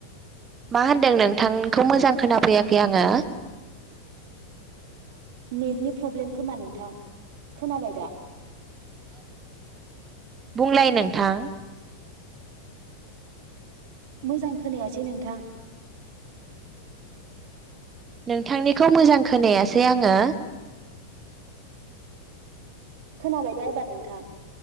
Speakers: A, on the right (about 25°); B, on the right (about 50°).
A: मा होनदों नोंथांखौ मोजां खोनाफैयाखै आङो।
B: नेटनि प्रब्लेम खोमा नोंथां खोनाबाय दा।
A: बुंलाय नोंथां।
B: मोजां खोनायासै नोंथां
A: नोंथांनिखौ मोजां खोनाया सै आङो।
B: खोनाबाय दा एबार नोंथां।